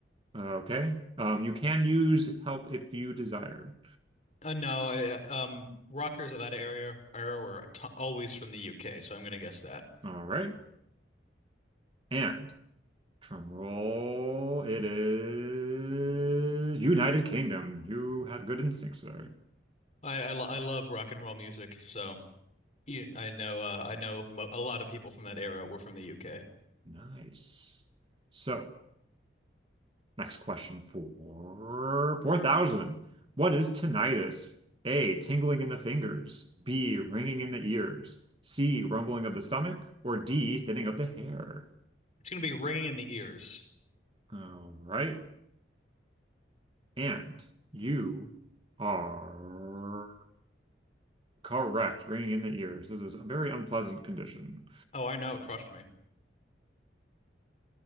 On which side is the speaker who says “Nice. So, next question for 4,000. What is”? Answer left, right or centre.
Right